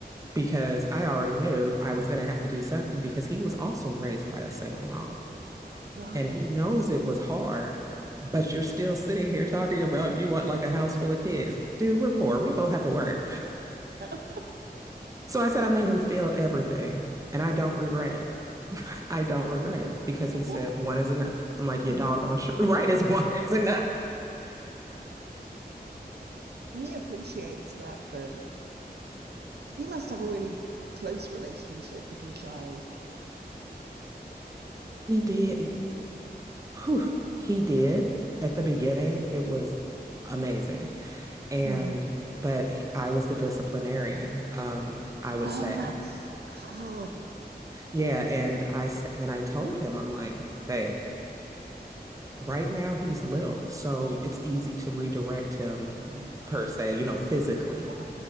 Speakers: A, on the right; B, on the right.
A: because I already knew I was going to have to do something because he was also raised by a single mom
B: Right.
A: and he knows it was hard, but you're still sitting here talking about you want like a house full of kids. Dude, we're poor. We both have to work.
B: <laughs> I
A: So I said, I made him feel everything and I don't regret it. <laughs> I don't regret it because
B: bet.
A: he said one is enough. I'm like, your
B: Yeah.
A: doggone sh- <laughs> right is one is enough.
B: He appreciates that, though. He must have a really close relationship with your child.
A: He did. Whew, he did. At the beginning, it was amazing. And
B: Mm.
A: but he- I was the disciplinarian, um, I would
B: Oh,
A: say.
B: that's hard.
A: Yeah, and I s- and I told him, I'm like, babe, right now he's little, so it's easy to redirect him
B: Mm.
A: per se, you know, physically.
B: Yeah.